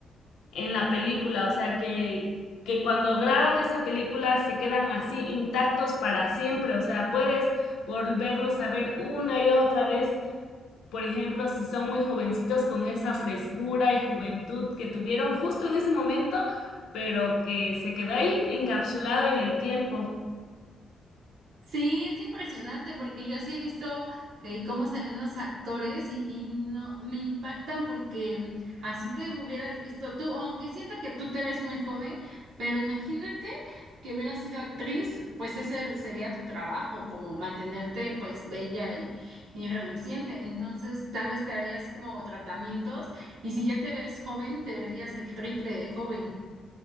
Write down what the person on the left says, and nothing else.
en la película, o sea que, que cuando graban esa película se quedan así intactos para siempre, o sea, puedes volverlos a ver una y otra vez por ejemplo, si son muy jovencitos con esa frescura y juventud que tuvieron justo en ese momento, pero que se quedó ahí encapsulado en el tiempo.